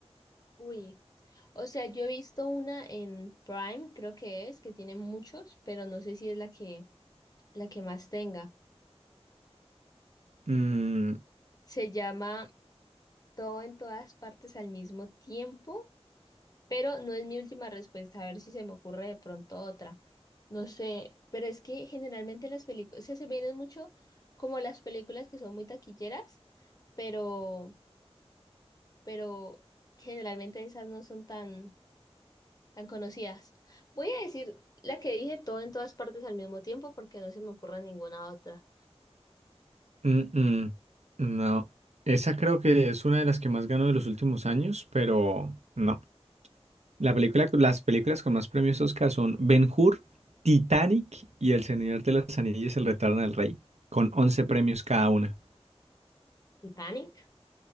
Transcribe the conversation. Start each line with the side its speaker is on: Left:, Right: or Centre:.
Left: Uy, o sea, yo he visto una en Prime, creo que es, que tiene muchos, pero no sé si es la que, la que más tenga.
Right: Mm,
Left: Se llama Todo en todas partes al mismo tiempo pero no es mi última respuesta, a ver si se me ocurre de pronto otra. No sé, pero es que generalmente las películas, o sea, se vienen mucho como las películas que son muy taquilleras, pero, pero generalmente esas no son tan, tan conocidas. Voy a decir la que dije todo en todas partes al mismo tiempo porque no se me ocurre ninguna otra.
Right: mm, mm, no, esa creo que es una de las que más ganó de los últimos años, pero no. La película, las películas con más premios Oscar son Ben-Hur, Titanic y El Señor de las Anillas, El Retorno del Rey, con 11 premios cada una.
Left: Titanic.